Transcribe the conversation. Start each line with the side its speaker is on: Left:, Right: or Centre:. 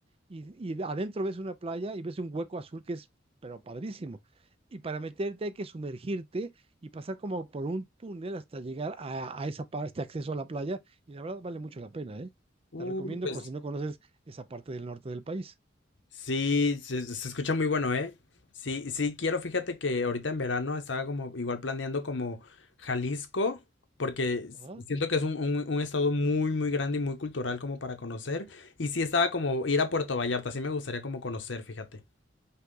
Right: y, y adentro ves una playa y ves un hueco azul que es, pero padrísimo. Y para meterte hay que sumergirte y pasar como por un túnel hasta llegar a, a esa parte, este acceso a la playa, y la verdad vale mucho la pena, ¿eh?
Left: Uy,
Right: Te recomiendo
Left: pues
Right: por si no conoces esa parte del norte del país.
Left: sí, se, se escucha muy bueno, ¿eh? Sí, sí, quiero, fíjate que ahorita en verano estaba como igual planeando como Jalisco, porque s-
Right: Ajá.
Left: siento que es un, un- un estado muy, muy grande y muy cultural como para conocer. Y sí estaba como ir a Puerto Vallarta, sí me gustaría como conocer, fíjate.